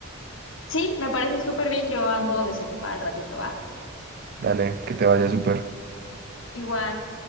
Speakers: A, on the left (about 70°); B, on the right (about 45°).
A: Sí, me parece súper bien. Yo ando desocupada al ratito, ¿va?
B: Dale, que te vaya súper.
A: Igual,